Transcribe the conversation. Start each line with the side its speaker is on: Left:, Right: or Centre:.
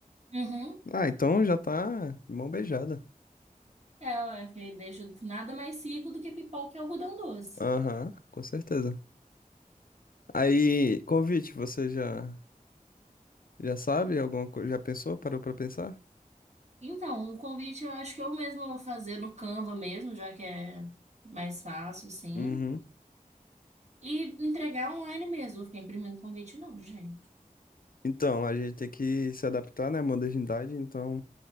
Right: Uhum.
Left: Ah, então já tá mão beijada.
Right: É, ué, que deixa nada mais rico do que pipoca e algodão doce.
Left: Aham, com certeza. Aí, convite, você já já sabe alguma coisa? Já pensou? Parou pra pensar?
Right: Então, o convite eu acho que eu mesma vou fazer no Canva mesmo, já que é mais fácil, assim.
Left: Uhum.
Right: E entregar online mesmo, vou ficar imprimindo convite não, gente.
Left: Então, a gente tem que se adaptar, né, à modernidade. Então,